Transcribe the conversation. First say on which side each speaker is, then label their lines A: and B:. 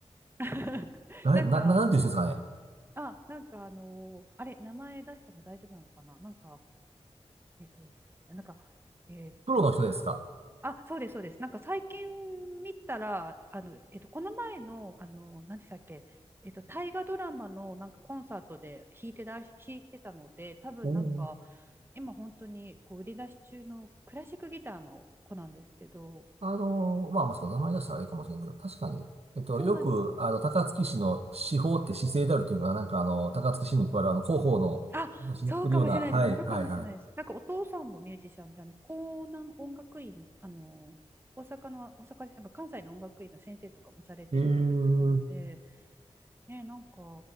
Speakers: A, on the right; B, on the right.
A: <laughs>
B: 誰、
A: なんか、
B: な、ななんていう人ですかね。
A: あ、なんかあのーあれ、名前出しても大丈夫なのかななんか、えっとですね、なんか、えっと、
B: プロの人ですか
A: あ、そうです、そうです。なんか最近見たら、あの、えっと、この前の、あの何でしたっけ、えっと、大河ドラマのなんかコンサートで弾いてだ、弾いてたので、多分なんか、
B: おー
A: 今本当にこう売り出し中のクラシックギターの子なんですけど、
B: あのーまあ、まあ、そう、名前出したらあれかもしれんけど、確かに、えっと、
A: そうなんですよ。
B: よく、あの、高槻市の市法って市政であるというか、なんかあの、高槻市に加わるあの、広報の雑誌に載ってるような、
A: あ、そうかもしれないです。
B: はい、
A: 乗るかもしれないです。
B: はい、はい。
A: なんかお父さんもミュージシャンで、あの、江南音楽院、あの、大阪の、大阪です。なんか関西の音楽院の先生とかもされてるって言ってたので、
B: えー、
A: ね、なんか、